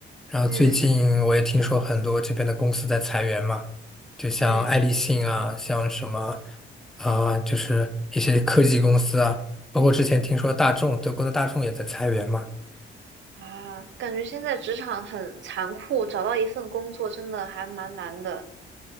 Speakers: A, in the centre; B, on the right.
A: 然后最近我也听说很多这边的公司在裁员嘛，
B: 嗯
A: 就像爱立信啊，
B: 嗯
A: 像什么啊、就是一些科技公司啊，包括之前听说大众，德国的大众也在裁员嘛。
B: 啊，感觉现在职场很残酷，找到一份工作真的还蛮难的。